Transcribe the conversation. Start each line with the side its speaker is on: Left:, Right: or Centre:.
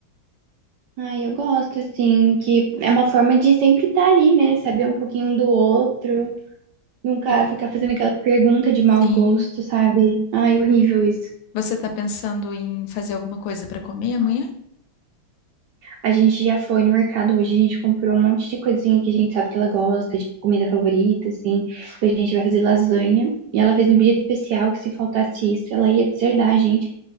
Right: Ai, eu gosto, assim, que é uma forma de sempre estar ali, né? Saber um pouquinho um do outro, nunca
Left: E-
Right: ficar fazendo aquela pergunta de mau
Left: Sim.
Right: gosto, sabe? Ai, horrível isso.
Left: Você está pensando em fazer alguma coisa para comer amanhã?
Right: A gente já foi no mercado hoje, a gente comprou um monte de coisinha que a gente sabe que ela gosta, de comida favorita, assim. Hoje A gente vai fazer lasanha. E ela fez um pedido especial que se faltasse isso, ela ia deserdar a gente,